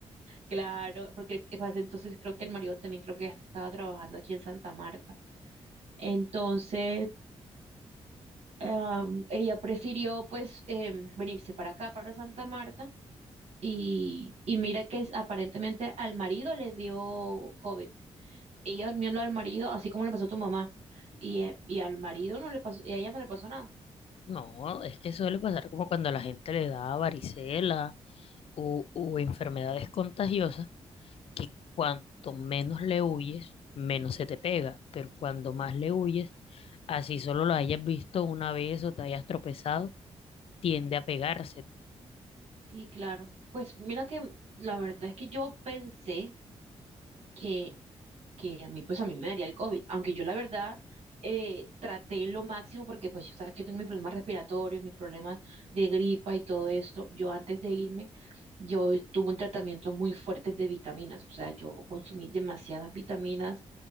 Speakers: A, on the right; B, on the left.
A: claro, porque es que pasa, entonces creo que el marido también creo que ya estaba trabajando aquí en Santa Marta. Entonces, am, ella prefirió pues em, venirse para acá, para Santa Marta. Y, y mira que es- aparentemente al marido le dio COVID. Ella durmió en lo del marido, así como le pasó a tu mamá. Y, eh, y al marido no le pasó, y a ella no le pasó nada.
B: No, es que suele pasar como cuando a la gente le da varicela o, o enfermedades contagiosas, que cuanto menos le huyes, menos se te pega. Pero cuando más le huyes, así solo lo hayas visto una vez o te hayas tropezado, tiende a pegarse.
A: Sí, claro. Pues mira que la verdad es que yo pensé que que a mí, pues a mí me daría el COVID, aunque yo la verdad eh, traté lo máximo porque pues yo sabes que tengo mis problemas respiratorios, mis problemas de gripa y todo esto. Yo antes de irme, yo tuve un tratamiento muy fuerte de vitaminas, o sea, yo consumí demasiadas vitaminas